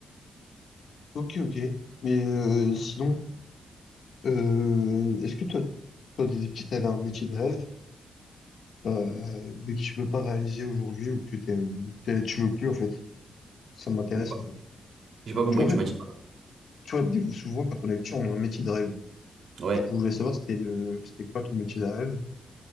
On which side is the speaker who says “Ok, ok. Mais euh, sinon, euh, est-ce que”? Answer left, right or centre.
Left